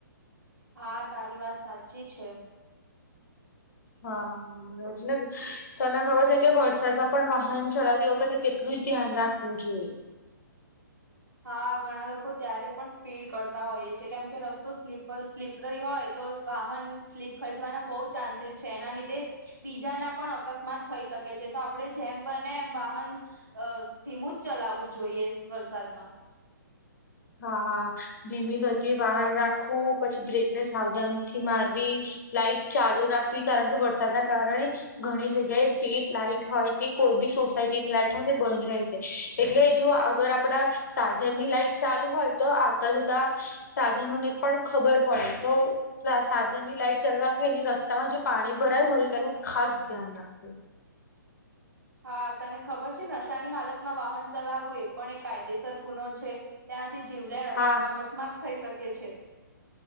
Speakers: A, on the right; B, on the left.
A: હા તારી વાત સાચી છે.
B: હા. તને ખબર છે કે વરસાદમાં પણ વાહન ચલાવતી વખતે તેટલું જ ધ્યાન રાખવું જોઈએ.
A: હા ઘણા લોકો ત્યારે પણ સ્પીડ કરતા હોઈએ છે કેમ કે રસ્તો સ્લીપર સ્લીપ રહી હોય તો વાહન સ્લીપ ખાઈ જવાના બહુ ચાન્સીસ છે એના લીધે બીજાના પણ અકસ્માત થઈ શકે છે તો આપડે જેમ બને એમ વાહન અ ધીમું જ ચલાવવું જોઈએ વરસાદમાં
B: હા ધીમી ગતિએ વાહન રાખવું પછી બ્રેકને સાવધાન થી મારવી લાઈટ ચાલુ રાખવી કારણ કે વરસાદના કારણે ઘણી જગ્યાએ સ્ટેટ લાઈટ હોય કે કોઈ બી સોસાયટીની લાઈટ હોય તો બંધ રે છે. એટલે જો અગર આપડા સાધન ની લાઈટ ચાલુ હોય તો આવતા જતા સાધનો ને પણ ખબર પડે તો સાધન ની લાઈટ ચાલુ રાખે એ રસ્તામાં જે પાણી ભરાયું હોય તેનું ખાસ ધ્યાન રાખવુ
A: હા તને ખબર છે નશાની હાલતમાં વાહન ચલાવવું એ પણ એક કાયદેસર ગુનો છે. તેનાથી જીવલેણ
B: હા
A: અક અકસ્માત થઈ શકે છે.